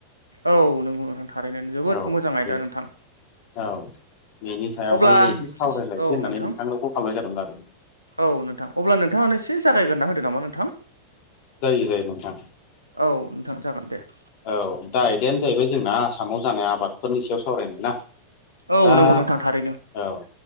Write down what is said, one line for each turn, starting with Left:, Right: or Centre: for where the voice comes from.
Right: औ नोंगौ नोंथां थारैनो जोबोद
Left: औ
Right: मोजां आयदा
Left: बे
Right: नोंथां
Left: औ बेनि सायावहाय
Right: अब्ला
Left: एसे सावरायलायसै
Right: औ
Left: होननानै
Right: नोंथां
Left: नोंथांनो कल खालामनाय जादोंमोन आरो
Right: औ नोंथां अब्ला नोंथाङानो एसे जागायग्रोना होदो नामा नोंथां
Left: जायो जायो नोंथां
Right: औ नोंथां जागोन दे ।
Left: औ दा आयदायानो जाहैबाय जोंना आसामाव जानाय आबादफोरनि सायाव सावरायनाय ना
Right: औ
Left: दा
Right: नंगौ नोंथां थारैनो
Left: औ ओ